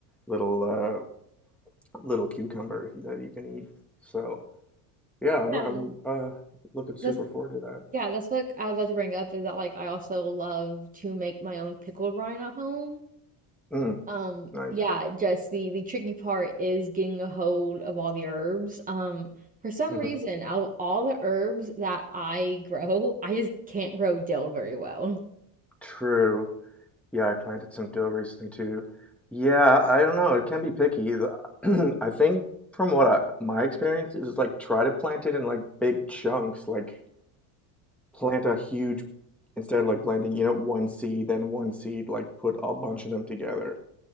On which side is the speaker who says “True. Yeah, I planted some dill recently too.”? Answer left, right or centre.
Centre